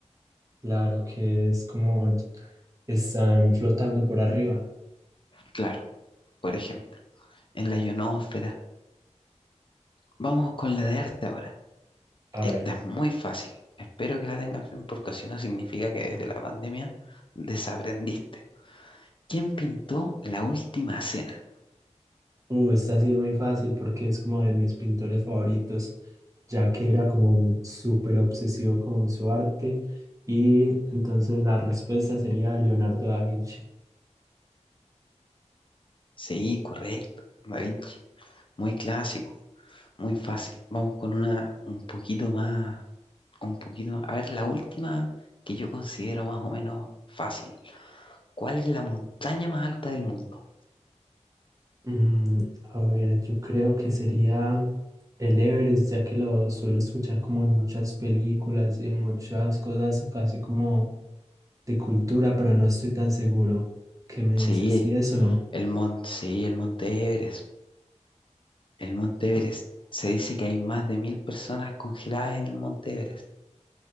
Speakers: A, on the right; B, on the left.
A: Claro que es como y- están flotando por arriba.
B: Claro, por ejemplo, en la ionosfera. Vamos con la de arte ahora.
A: A
B: Esta
A: ver,
B: es muy fácil. Espero que la tengas bien porque si no significa que desde la pandemia desaprendiste. ¿Quién pintó La Última Cena?
A: uh, esta sí es muy fácil porque es como de mis pintores favoritos, ya que era como un súper obsesivo con su arte. Y entonces la respuesta sería Leonardo da Vinci.
B: Sí, correcto, Da Vinci. Muy clásico, muy fácil. Vamos con una un poquito más un poquito. A ver, la última que yo considero más o menos fácil. ¿Cuál es la montaña más alta del mundo?
A: Mm, a ver, yo creo que sería el Everest, ya que lo suelo escuchar como en muchas películas, en muchas cosas, casi como de cultura, pero no estoy tan seguro. ¿Qué me
B: Sí,
A: dices? ¿Si es o no?
B: el mon- sí, el Monte Everest. El Monte Everest. Se dice que hay más de mil personas congeladas en el Monte Everest.